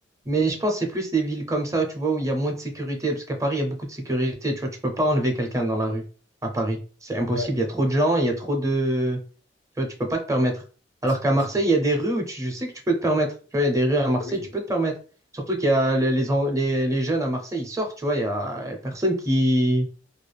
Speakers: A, on the right; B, on the left.
A: Mais je pense que c'est plus les villes comme ça, tu vois, où il y a moins de sécurité, parce qu'à Paris, il y a beaucoup de sécurité, tu vois, tu peux pas enlever quelqu'un dans la rue à Paris. C'est impossible,
B: Ouais,
A: il y a trop de gens, il y a trop de... Tu vois, tu peux pas te permettre. Alors
B: c'est
A: qu'à
B: vrai,
A: Marseille,
B: c'est vrai.
A: il y a des rues où tu... je sais que tu peux te permettre. Tu vois, il y a des rues à Marseille,
B: Eh Oui,
A: tu peux te permettre. Surtout qu'il y a les, les, en- les- les jeunes à Marseille, ils sortent, tu vois, il y a personne qui...